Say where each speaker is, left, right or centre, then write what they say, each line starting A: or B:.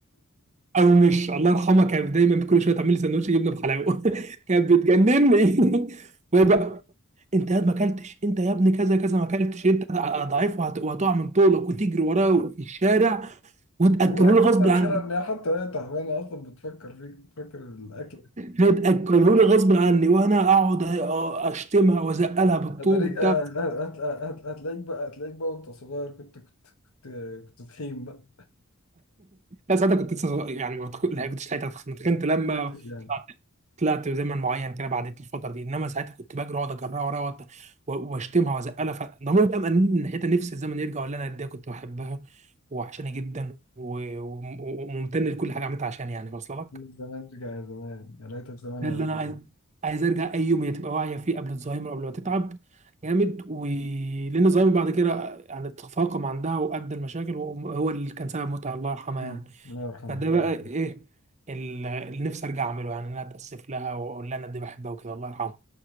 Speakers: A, on the right (about 30°); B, on the left (about 75°).
A: او مش الله يرحمها كانت دايما كل شويه تعمل لي سندوتش جبنه بحلاوه <laughs> كانت بتجنني <laughs> وهي بقى انت يا ما اكلتش انت يا ابني كذا كذا ما اكلتش انت ضعيف وهت- وهتقع من طولك وتجري وراه في الشارع وتاكله
B: والله
A: لي غصب
B: كتر
A: عني
B: خيرها ان هي حتى هي تعبانه اصلا بتفكر فيك بتفكر الاكل
A: تاكله لي غصب عني وانا اقعد أ- اشتمها وازقلها بالطوب
B: هتلاقيك
A: وبتاع
B: آه، هت- هت- هتلاقيك بقى هتلاقيك بقى وانت صغير كنت كنت كنت كنت تخين بقى
A: لا ساعتها كنت لسه صغير، يعني ما كنتش لحقت اتخنت لما
B: ما كنتش يعني
A: طلعت زمن معين كده بعدت الفتره دي انما ساعتها كنت بجري واقعد اجرها وراها وأت- و- واشتمها وازقلها فضميري بقى مأنبني من ناحيتها نفسي الزمن يرجع ولا انا قد ايه كنت بحبها وعشاني جدا و- و- وممتن لكل حاجه عملتها عشان يعني واصله لك
B: من زمان رجع يا زمان يا ليتك زمان
A: ده
B: يا
A: اللي
B: ولد
A: انا عايز عايز ارجع اي يوم هي تبقى واعيه فيه قبل الزهايمر قبل ما تتعب جامد ولان الزهايمر بعد كده يعني تفاقم عندها وادى المشاكل وهو اللي كان سبب موتها الله يرحمها
B: أمم.
A: يعني
B: الله يرحمه
A: فده
B: الله
A: بقى ايه ال- اللي نفسي ارجع اعمله يعني ان انا اتاسف لها واقول لها انا قد إيه بحبها وكده الله يرحمها